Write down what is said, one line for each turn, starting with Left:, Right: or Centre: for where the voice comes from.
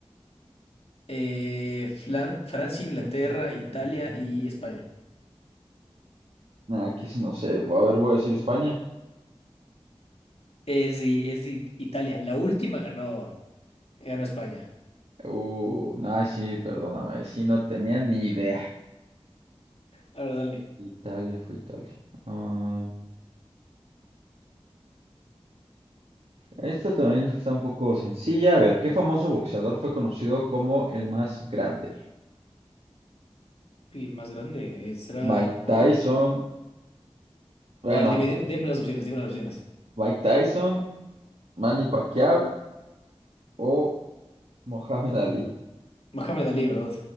Left: Eh, Flan- Francia, Inglaterra,
Right: Francia,
Left: Italia
Right: Inglaterra.
Left: y España.
Right: Nah, aquí sí no sé. A ver, voy a decir España.
Left: Es de, es de Italia. La última ganó, ganó España.
Right: Uh, nah, sí, perdóname. ahí Sí no tenía ni idea.
Left: A ver, dale.
Right: Italia fue Italia. Ah, Esta también está un poco sencilla. A ver, ¿qué famoso boxeador fue conocido como el más grande?
Left: Y el más grande eh, será
Right: Mike
Left: Moja.
Right: Tyson, bueno,
Left: A ver, dime, di- dime las opciones, dime las opciones.
Right: Mike Tyson, Manny Pacquiao o Mohamed Ali.
Left: Mohamed Ali, ¿verdad?